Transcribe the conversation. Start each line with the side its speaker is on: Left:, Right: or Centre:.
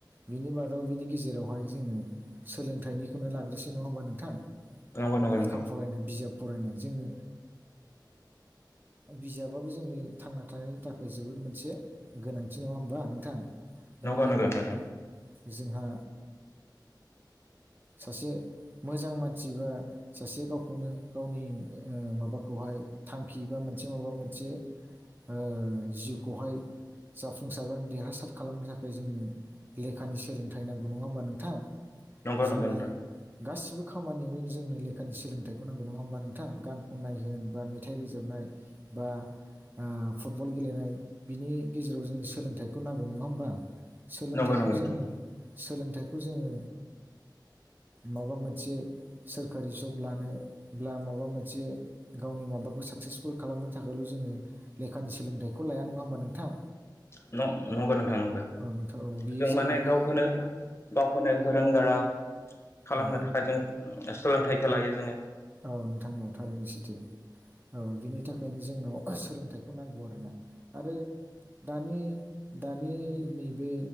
Right: बिनि बादाव बिनि गेजेरावहाय जोङो सोलोंथाइनिखौनो लाग्रोसै नङा होमबा नोंथां
Left: नंगौ नंगौ
Right: लेखा
Left: नोंथां
Right: फरायनाय बिजाब फरायनाय जोंनो बिजाबाबो जोंनि थांना थानायनि थाखाय जोबोद मोनसे गोनांथि नङा होमबा नोंथां दा
Left: नंगौ
Right: गिबियावनो
Left: नंगौ नोंथां
Right: जोंहा सासे मोजां मानसि बा सासे गावखौनो गावनि माबाखौहाय थांखि बा मोनसे माबा मोनसे ओ जिउखौहाय जाफुंसारनो देरहासार खालामनो थाखाय जोंनो लेखानि सोलोंथाइ नांगौ नङा होमबा नोंथां
Left: नंगौ
Right: जोङो
Left: नंगौ नोंथां
Right: ले गासिबो खामानियावनो जोंनो लेखानि सोलोंथाइखौ नांगौ नङा होमबा नोंथां गानखौ खननाय होन बा मेथाइ रोजाबनाय बा ओ फुटबल गेलेनाय बिनि गेजेराव जोंनो सोलोंथाइखौ नांगौ नङा होमबा सोलोंथाइखौ
Left: नंगौ नंगौ
Right: जोङो
Left: नोंथां
Right: सोलोंथाइखौ जोङो माबा मोनसे सोरखारि जब लानोब्ला माबा मोनसे गावनि माबाखौ साक्सेसफुल खालामनो थाखायल' जोङो लेखानि सोलोंथाइखौ लाया नङा होमबा नोंथां
Left: <unintelligible> नंगौ नोंथां नंगौ
Right: औ नोंथां औ बेयो
Left: जों
Right: जाहैबाय
Left: माने गावखौनो गावखौनो गोरों गोरा खालामनो
Right: औ
Left: थाखाय जों सोलोंथाइखौ लायो जोङो
Right: औ नोंथां। थारैनो सैथो औ बिनि थाखायनो जोंनाव सोलोंथाइखौ नांगौ आरोना आरो दानि दानि नैबे